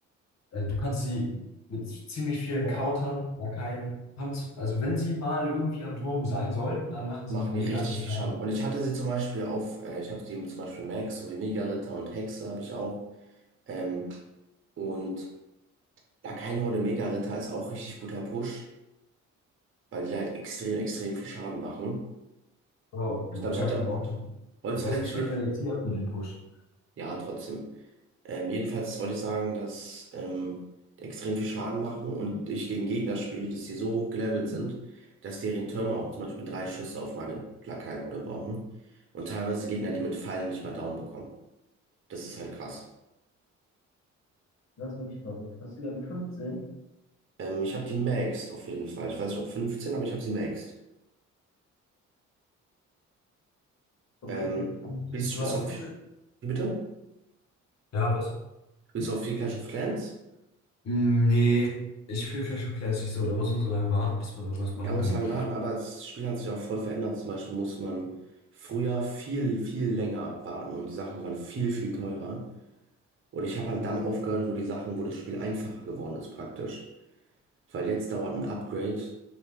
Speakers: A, on the left (about 60°); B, on the right (about 40°).
A: Äh, Du kannst sie mit ziemlich vielen
B: Oh,
A: Countern, Lakaien haben, zu- also wenn sie mal irgendwie am Turm sein sollten, dann machen
B: machen
A: sie mega
B: die richtig
A: viel
B: viel
A: Schaden.
B: Schaden. Und ich hatte sie zum Beispiel auf, äh, ich habe die zum Beispiel Max, sowie Mega-Ritter und Hexe habe ich auch. Ähm, und ja, kein Horde Mega-Ritter ist auch richtig guter Push, weil die halt extrem, extrem viel Schaden machen.
A: Oh, du
B: Ich glaube, ich
A: darfst
B: hatte ja mit
A: nur.
B: Holzfäller
A: Du brauchst
B: gespielt.
A: zwölf Elixier für den Push.
B: Ja, trotzdem. Ähm, jedenfalls wollte ich sagen, dass ähm, die extrem viel Schaden machen und ich gegen Gegner spiele, dass die so hoch gelevelt sind, dass deren Türme auch zum Beispiel drei Schüsse auf meine Plakatroute brauchen. Und teilweise Gegner, die mit Fallen nicht mal down bekommen. Das ist halt krass.
A: Das ist wirklich verrückt. Hast du Level 15?
B: Ähm, ich habe die maxed auf jeden Fall. Ich weiß nicht, ob 15, aber ich habe sie maxed.
A: Okay.
B: Ähm,
A: Und
B: spielst,
A: Du
B: spielst
A: hast
B: du auf.
A: eine.
B: Wie bitte?
A: Ja, was?
B: Spielst du auf viel Clash of Clans?
A: Mm, Nee, ich fühle Clash of Clans nicht so. Da muss man so lange warten, bis man irgendwas machen
B: Ja, muss
A: kann.
B: lang warten, aber das Spiel hat sich auch voll verändert. Zum Beispiel muss man früher viel, viel länger warten und die Sachen waren viel, viel teurer. Und ich habe halt dann aufgehört, wo die Sachen, wo das Spiel einfacher geworden ist, praktisch. Weil jetzt dauert ein Upgrade.